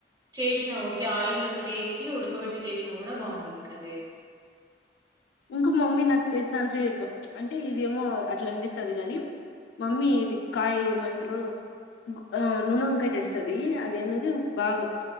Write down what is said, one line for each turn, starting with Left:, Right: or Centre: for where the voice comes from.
Right: చేసినా ఊరికిే ఆయిల్ ఒకటి వేసి ఉడకబెట్టి చేసినా కూడా బాగుంటుంది కర్రీ అది
Left: ఇంక మమ్మీ నాకు చేసే దాంట్లో ఏబో అంటే ఇదేమో అట్లా అనిపిస్తది కాని మమ్మీ ఇది కాయ ఏమంటారు ఆ నూనె వంకాయ చేస్తది అది అనేది బాగా